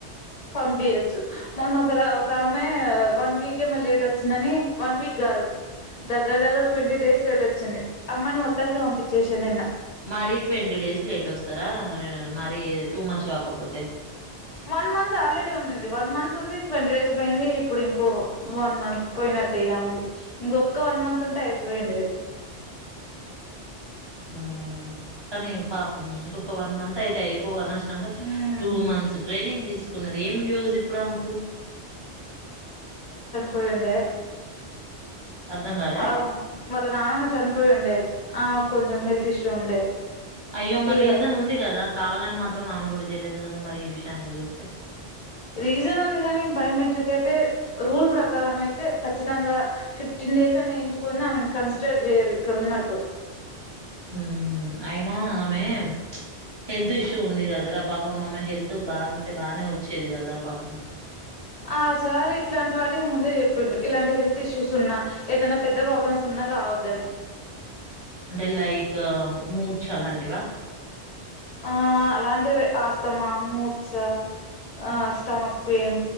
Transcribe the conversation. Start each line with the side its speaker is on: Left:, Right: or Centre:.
Left: పంపియచ్చు మొన్న ఒకరు ఒక ఆమె వన్ వీక్ ఏమో లేట్ వచ్చిందని వన్ వీక్ కాదు దగ్గర దగ్గర ట్వంటీ డేస్ లేట్ వచ్చింది అమ్మాయిని మొత్తానికి పంపిచ్చేసిర్రు నిన్న
Right: మరీ డేస్ లేటొస్తారా? ఆహ్, మరీ టూ మచ్ కాకపోతే
Left: వన్ మంత్ ఆల్రెడీ ఉన్నింది వన్ మంత్ ఉంది ట్వంటీ డేస్ పోయింది ఇప్పుడు ఇంకో వన్ మంత్ పోయినట్టేగామది ఇంకొక్క వన్ మంత్ ఉంటే అయిపోయిండే
Right: ఉమ్మ్ కానీ పాపం ఇంకొక్క వన్ మంత్ అయితే అయిపో అనస్ తంగ
Left: అయిపోయిండేది
Right: టూ మంత్స్ ట్రైనింగ్ తీసుకున్నది ఏం యూజ్ ఇప్పుడు ఆమెకు
Left: పోయిండే
Right: అర్థం గాలే?
Left: ఆ వాళ్ళ నానమ్మ చనిపోయి ఉండేది ఆమె కొంచెం హెల్త్ ఇష్యూ ఉండే
Right: అయ్యో మరి
Left: ఇగ
Right: రీజన్ ఉంది కదా కావాలని మాత్ త్రం మామ కూడా చేయలేదు కద మరి ఈ విషయాన్ని చూస్తే
Left: రీజన్ ఉంది కాని బయోమెట్రిక్ అయితే రూల్ ప్రకారం అయితే ఖచ్చితంగా ఫిఫ్టీన్ డేస్ అని వేయించుకొని ఆమెను కన్సిడర్ చేయరు ఇక్కడ ఉన్నట్టు
Right: ఊహు అయినా ఆమె ప్చ్ హెల్త్ ఇష్యూ ఉంది కదరా పాపం మామ్మె హెల్త్ బాగుంటే బానే వచ్చేది కదా పాపం
Left: ఆ సార్ ఇట్లాంటి వాటికి ముందే చెప్పిండు ఇలాంటి హెల్త్ ఇష్యూస్ ఉన్నా ఏదనా పెద్ద ప్రాబ్లమ్స్ ఉన్నా రావద్దని
Right: అంటే లైక్ మూర్చ్ అలాంటివా
Left: ఆ అలాంటివి ఆస్తమా మూర్చ ఆ స్టమక్ పెయిన్